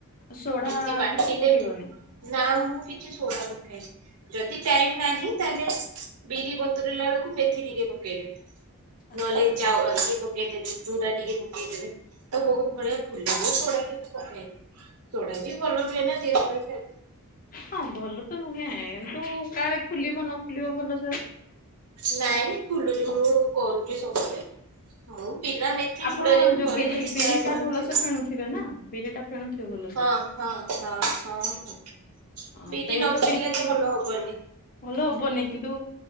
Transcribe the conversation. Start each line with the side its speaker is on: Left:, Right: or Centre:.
Left: ସୋଢା
Right: ଏମ୍ତି ବାଟିଲେ,
Left: କିଛି ପକେଇବନି?
Right: ନାଁ ମୁଁ କିଛି ସୋଡା ପକାଏନୀ। ଯଦି ଟାଇମ୍ ଲାଗେ ତାହେଲେ ବିରି ବତୁରେଇଲା ବେଳୁକୁ ମେଥି ଟିକେ ପକେଇଦେବେ।
Left: ଆଚ୍ଛା
Right: ନହେଲେ <unintelligible> ଇଏ ପକେଇଦେବେ ଚୁଡ଼ା ଟିକେ ପକେଇଦେବେ, ତ ବହୁତ୍ ବଢିଆ ଫୁଲେ, ମୁଁ ସୋଡା କେବେ ପକାଏନି। ସୋଢ଼ା ବି ଭଲ ନୁହେଁ ନା, ଦେହ ପାଇଁ କ୍ଷ
Left: ହଁ ଭଲ ତ ନୁହେଁ, କିନ୍ତୁ କାଳେ ଫୁଲିବ ନ ଫୁଲିବ ଭଲସେ।
Right: ନାଇଁ ନାଇଁ ଫୁଲୁଚି, ମୁଁ କରୁଚି ସବୁବେଳେ ମୁଁ ବିନା ମେଥି
Left: ଆପଣ
Right: ସୋଢ଼ାରେ ବି
Left: ଯୋଉ
Right: କରେ,
Left: ବିରି
Right: ଯଦି
Left: ବିରିଟା
Right: ଟାଇମ୍ ନଥିବ
Left: ଭଲସେ <unintelligible> ନା, ବିରିଟା ଫେଣୁଥିବ ଭଲ।
Right: ହଁ-ହଁ-ହଁ-ହଁ-ହଁ
Left: ହଁ
Right: ବିରି
Left: ସେଇ
Right: ନ
Left: ତ
Right: ଫେଣିଲେ
Left: ବିରି
Right: ତ ଭଲ ହବନି।
Left: ଭଲ ହବନି କିନ୍ତୁ